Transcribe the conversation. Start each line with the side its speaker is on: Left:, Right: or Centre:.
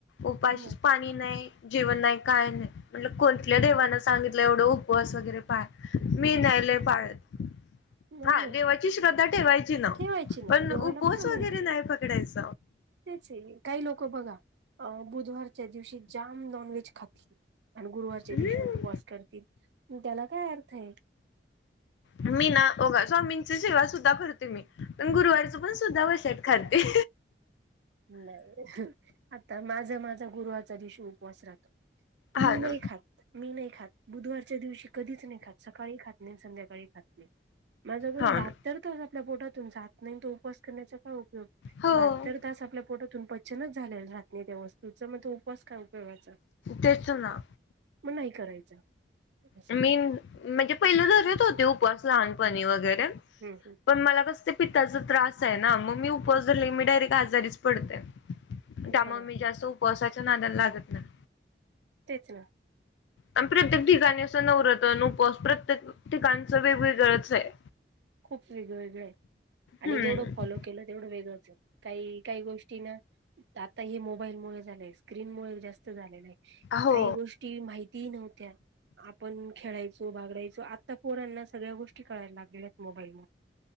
Left: उपाशीच,
Right: मग.
Left: पाणी नाही, जेवण नाही काय नाही म्हटलं कोणत्या देवानं सां सांगितलंय एवढं उपवास वगैरे पाळा, मी नाही लय पाळत
Right: नाही
Left: हा
Right: नाही
Left: देवाची श्रद्धा ठेवायची ना,
Right: ठेवायची ना
Left: पण
Right: देवाला
Left: उपवास
Right: कुठं
Left: वगैरे
Right: माहितीय
Left: नाही पकडायच.
Right: तेच ये काही लोकं बघा, अ बुधवारच्या दिवशी जाम नॉनव्हेज खातील आणि गुरुवारच्या
Left: हम्म
Right: दिवशी उपवास करतील, त्याला काय अर्थ आहे.
Left: मी ना, अ बघा स्वामींची सेवा सुद्धा करते मी, पण गुरुवारचं पण सुद्धा वशाट खाते
Right: नाही, आता माझ माझा गुरुवारचा दिवशी उपवास राहतो.
Left: हा
Right: मी
Left: ना
Right: नाही खात. मी नाही खात, बुधवारच्या दिवशी कधीच नाही खात, सकाळी ही खात नाही आणि संध्याकाळी ही खात नाही. मासाहार
Left: हा
Right: बहात्तर
Left: ना
Right: तास आपल्या पोटातून जात नाही, तो उपवास करण्याचा काय उपयोग,
Left: हो
Right: बहात्तर तास आपल्या पोटातून पचनच झालेल राहात नाही त्या वस्तूच, मग तो उपवास काय ऊपयोगाचा
Left: तेच ना
Right: मग नाही करायचा. असं
Left: मी, म्हणजे पहिला धरत होते उपवास लहानपणी वगैरे
Right: हम् हम्
Left: पण मला कस ते पिताचा त्रास आहे ना, मग मी उपवास धरले की मी डायरेक्ट आजारीच पडते त्यामुळे
Right: हा
Left: मी
Right: हा
Left: जास्त उपवासाच्या नादाला लागत नाही
Right: तेच ना.
Left: आणी प्रत्येक ठिकाणी असं नवरात्र आणी उपवास, प्रत्येक ठिकाणचं वेगवेगळच आहे..
Right: खूप वेगळेवेेगळे आय, आणि
Left: हम्म
Right: जेवढं फॉलो. केलं तेवढं वेगळंच आहे, काही काही गोष्टी ना. आता हे मोबाईल मुळ झालंय, स्क्रीन मुळे जास्त झालेलं आहे,
Left: हो
Right: काही गोष्टी माहिती. ती नव्हत्या, आपण खेळायचो, बागडायचो, आता पोरांना सगळ्या गोष्टी कळायला लागल्या. मोबाईल